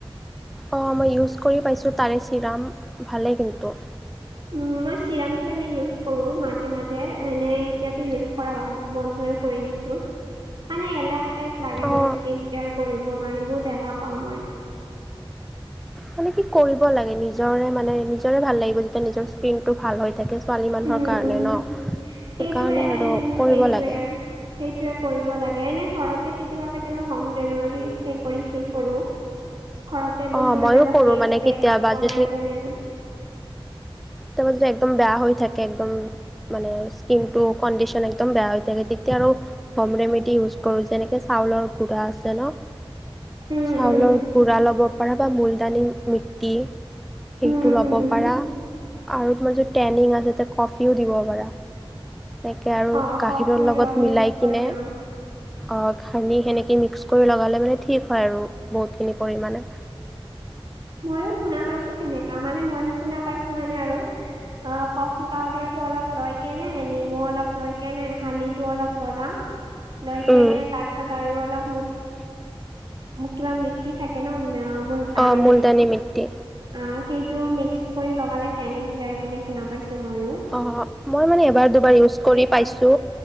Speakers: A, in the centre; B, on the right.
A: অ' মই ইউজ কৰি পাইছোঁ তাৰে চিৰাম, ভালেই কিন্তু।
B: উম, মই চিৰামটো এনে ইউজ কৰো মাজে মাজে, এনে এতিয়াতো ইউজ কৰা বা বন্ধই কৰি দিছো, মানে এলাহ টাইপ লাগে
A: অঁ
B: মোৰ স্কিন কেয়াৰ কৰিবৰ কাৰণে বহুত এলাহ পাওঁ মই।
A: মানে কি কৰিব লাগে নিজৰে মানে নিজৰে ভাল লাগিব যেতিয়া নিজৰ স্কিন টো ভাল হৈ থাকে। ছোৱালী মানুহৰ
B: উম,
A: কাৰণে
B: উম,
A: ন' সেইকাৰণে
B: সেইটোৱে
A: আৰু
B: উম,
A: কৰিব
B: সেইটোৱে।
A: লাগে।
B: সেইটোৱে কৰিব লাগে, এনে ঘৰতে কেতিয়াবা কেতিয়াবা হোম ৰেমেডি সেই কৰি সেই কৰো। ঘৰতে বহি
A: অ
B: মানে
A: মইয়ো
B: অলপ
A: কৰো
B: ফেচ
A: মানে
B: পেক
A: কেতিয়াবা
B: বনাই
A: যদি
B: কেনে।
A: তাৰপা যদি একদম বেয়া হৈ থাকে একদম মানে স্কিন টো কণ্ডিচন একদম বেয়া হৈ থাকে তেতিয়া আৰু হোম ৰেমেডি ইউজ কৰো, যেনেকে চাউলৰ গুড়া আছে ন'।
B: উম,
A: চাউলৰ
B: উম।
A: গুৰা ল'ব পৰা বা মূলতানী মিট্টি সেইটো
B: উম,
A: ল'ব
B: উম,
A: পাৰা আৰু তোমাৰ যদি টেনিং আছে তে কফিও দিব পাৰা এনেকে আৰু
B: অ',
A: গাখীৰৰ
B: কফি
A: লগত
B: লগ মিক্স
A: মিলাই
B: কৰি
A: কিনে
B: অ'।
A: অ সানি সেনেকৈ মিক্স কৰি লগালে মানে ঠিক হয় আৰু বহুতখিনি পৰিমাণে
B: ময়ো শুনা পাইছো সেনেকা মানে মই শুনা পাইছো মানে আৰু অ কফি পাউদাৰ টো অলপ লৈ কেনে নিমু অলপ লৈ কেনে হানিটো অলপ ললা <inaudible> লৈ
A: উম,
B: কেনে তাৰ পিছত আৰু অলপ ম কিবা মিট্টি থাকে ন মুলতানী
A: অ মূলতানী
B: মিটি
A: মিট্টি
B: অ সেইটো মিক্স কৰি লগালে টেনিং যায় বুলি শুনা পাইছো মই ও
A: অ মই মানে এবাৰ দুবাৰ ইউজ কৰি
B: ঘৰতে
A: পাইছো